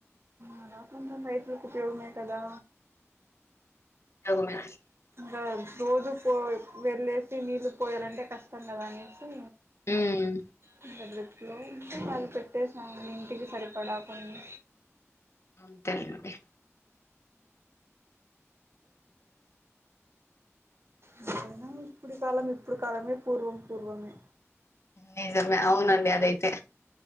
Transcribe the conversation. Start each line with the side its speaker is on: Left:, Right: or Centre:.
Right: నడవకుండా బైక్ ఉంటే ఉపయోగమే కదా
Left: అవునా
Right: బాద్ రోజు పో వెళ్ళేసి నీళ్ళు పోయాలంటే కష్టం కదా అనేసి
Left: ఉమ్
Right: హూ లో ఇంకా పది పెట్టేసాము ఇంటికి సరిపడా కొన్ని
Left: అంతేనండి
Right: ఎంతైనా ఇప్పుడి కాలం ఇప్పుడు కాలమే పూర్వం పూర్వమే
Left: నిజమే అవునండి అదైతే